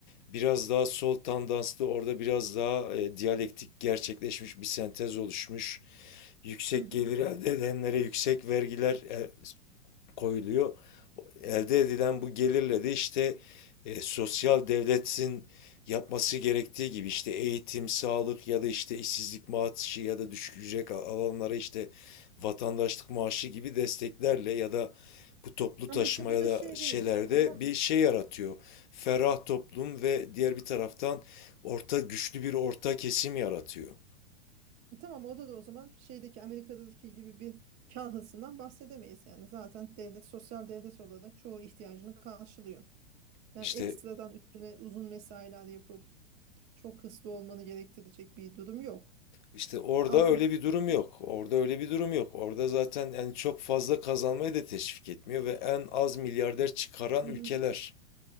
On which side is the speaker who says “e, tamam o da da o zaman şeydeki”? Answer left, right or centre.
Right